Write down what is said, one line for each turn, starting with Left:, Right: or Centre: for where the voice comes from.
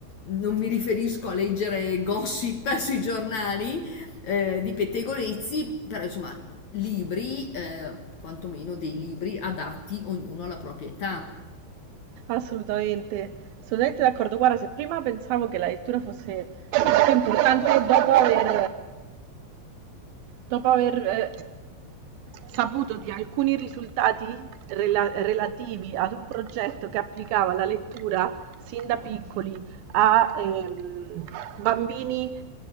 Left: non mi riferisco a leggere gossip <laughs> sui giornali eh, di pettegolezzi, però insomma, libri, eh, quantomeno dei libri adatti ognuno alla propria età.
Right: assolutamente, assolutamente d'accordo. Guarda, se prima pensavo che la lettura fosse fosse importante dopo aver dopo aver eh, saputo di alcuni risultati rela- relativi ad un progetto che applicava la lettura sin da piccoli a ehm, bambini